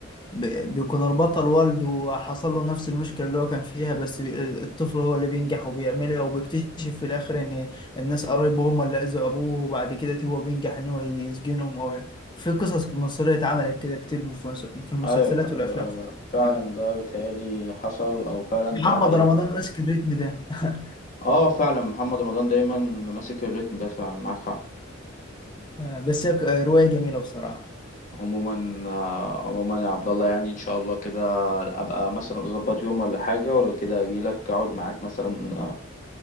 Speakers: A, on the left; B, on the left.
A: ب... بيكون البطل والد وحصل له نفس المشكلة اللي هو كان فيها بس بي... الطفل هو اللي بينجح وبيعملها وبيكتشف في الآخر إن الناس قرايبه هم اللي أذوا أبوه وبعد كده هو بينجح إن هو يسجنهم أو يعني. في قصص مصرية اتعملت كده كتير في المس- في المسلسلات
B: ايوه
A: والأفلام
B: ايوه ايوه فعلا
A: يعني.
B: ده بيتهيألي حصل او فعلا
A: محمد
B: ده حقيقي
A: رمضان ماسك الريتم ده <laughs>
B: اه فعلا محمد رمضان دايما ماسك الريتم ده فعلا معاك حق
A: آه، بس هي ك- آه، رواية جميلة بصراحة
B: عموما آه، عموما يا عبد الله يعني ان شاء الله كده ابقى مثلا اظبط يوم ولا حاجه ولو كده اجي لك اقعد معاك مثلا آه،